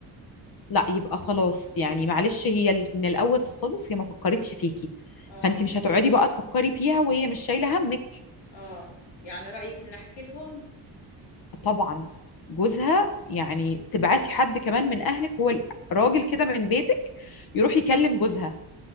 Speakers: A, on the left (about 60°); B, on the left (about 85°).
A: لا يبقى خلاص يعني معلش هي ال- من الاول خالص هي ما فكرتش فيكي
B: اه
A: فانت مش هتقعدي بقى تفكري فيها وهي مش شايله همك
B: اه يعني رايك ان احكي لهم
A: طبعا جوزها
B: مم.
A: يعني تبعتي حد كمان من اهلك هو ال- راجل كده من بيتك يروح يكلم جوزها